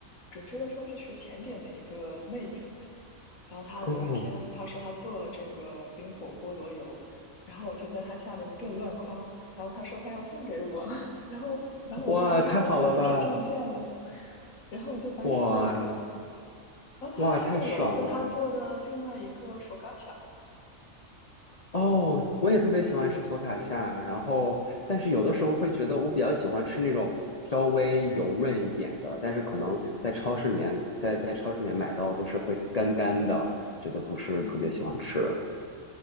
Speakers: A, on the left (about 80°); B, on the left (about 35°).
A: 准确的说是学甜点的一个妹子，然后他有一天他说他做了这个冰火菠萝油，
B: 嗯，
A: 然后我就在他下面一顿乱夸，然后他说他要送给我，<laughs> 然后然后我就跟他约在地铁站见了，
B: 哇，太好了吧，
A: 然后我就白嫖了一个，
B: 哇
A: 然后他还送了我一个他做的另外一个佛
B: 哇，太爽了。
A: o c
B: 哦，我也特别喜欢吃佛卡夏，然后但是有的时候会觉得我比较喜欢吃那种稍微油润一点的，但是可能在超市里面，在在超市里面买到都是会干干的，觉得不是特别喜欢吃，
A: 嗯，